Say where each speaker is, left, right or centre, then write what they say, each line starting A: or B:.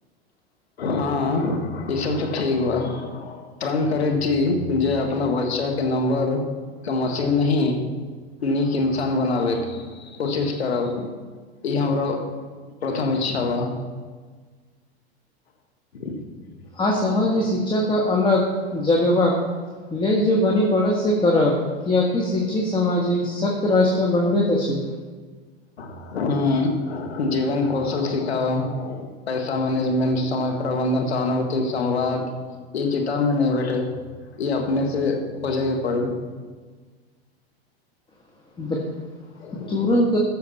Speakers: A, on the left; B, on the left.
A: हँ ईसभ तऽ ठीक बा प्रण करेथी जे अपना बच्चा के नम्बर के मशीन नहि नीक इन्सान बनाबैके कोशिश करब ई हमरा प्रथम इच्छा बा <inaudible>
B: आज समाजमे शिक्षक अलग जगेवा लेज जे बनी पड़त से करब कियकि शिक्षित समाज अछि सत राष्ट्र बनाबैत अछि
A: हू जीवन कौशल सिखाव पैसा मैनेजमेंट समय प्रबंधन सहानुभूति संवाद ई किताब मे नहि भेटत ई अपने से खोजे के पड़ै
B: बच्च
A: <inaudible>
B: तुरन्त